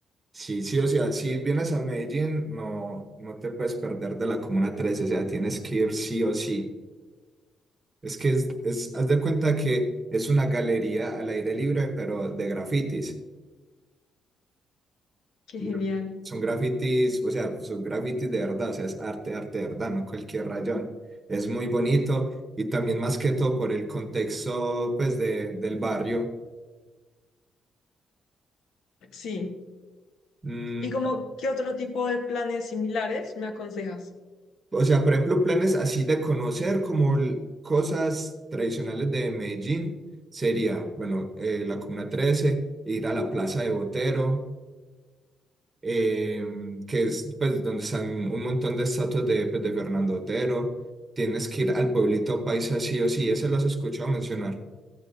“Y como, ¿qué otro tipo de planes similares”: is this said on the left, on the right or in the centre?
Left